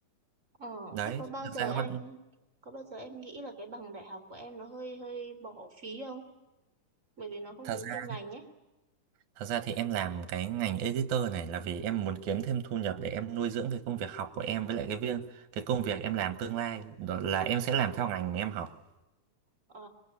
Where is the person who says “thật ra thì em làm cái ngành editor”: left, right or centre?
Right